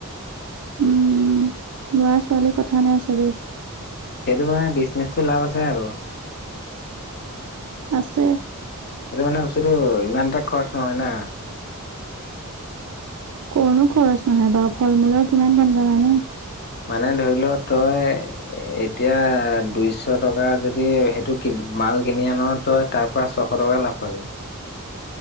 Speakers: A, on the right (about 80°); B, on the left (about 45°).
A: উম লৰা ছোৱালী কথা নাই চবেই।
B: সেইটো মানে বিজনেচটো লাভ আছে আৰু।
A: আছে।
B: সেইটো মানে বস্তুটো ইমান এটা খৰচ নহয় না।
A: কৰনো খৰচ নহয় বাৰু, ফল মূলৰ কিমান দাম জানানে?
B: মানে ধৰি লও তই- এতিয়া দুইশ টকা যদি সেইটো কি মাল কিনি আন- তই তাৰ পৰা ছশ টকা লাভ পাবি।